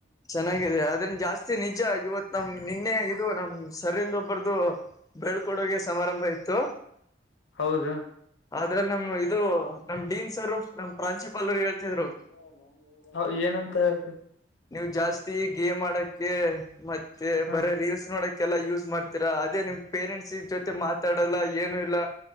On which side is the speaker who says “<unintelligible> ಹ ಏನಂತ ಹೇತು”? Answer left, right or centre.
Left